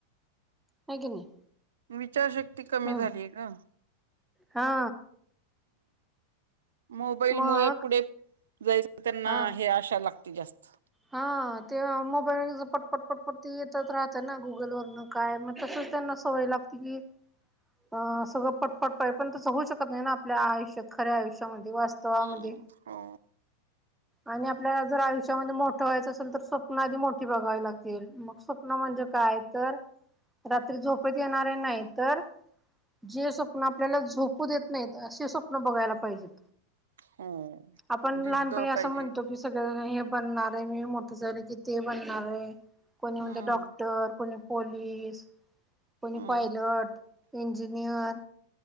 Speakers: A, in the centre; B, on the right.
A: ह क नाही
B: विचा रशक्ती कमी
A: हम्म
B: झालीय का?
A: हा.
B: मोबाईल
A: मग
B: मुळे पुढे जायचं त्यांना
A: हा
B: हे आशा लागते. जास्त.
A: हा ते मोबाईल पटपट पटपट ते येतच राहतं ना गुगल वरन काय मग तस त्यांना सवय लागते की अ सगळं पटपट प पण त होऊ शकत नाही ना आपल्या आयुष्यात खऱ्या आयुष्या मध्ये वास्तवामध्ये
B: हम्म हो
A: आणि आपल्याला जर आयुष्यामध्ये मोठ ठेवायचं असेल तर स्वप्न आधी मोठी बघावी लागतील. मग स्वप्न म्हणजे काय तर रात्री झोपेत येणारे नाही तर, जे स्वप्न आपल्याला झोपू देत नाहीत असे स्वप्न बघायला पाहिजेत.
B: हो
A: आपण
B: जिद्द
A: लहानपणी असं
B: पाहिजे
A: म्हणतो कि सगळ हे बनणार आहे मी मोठं झालं की ते बनणार आहे कोणी म्हणजे,
B: हम्म
A: डॉक्टर कोण पोलीस. कोणी
B: हम्म
A: पायलट, इंजिनियर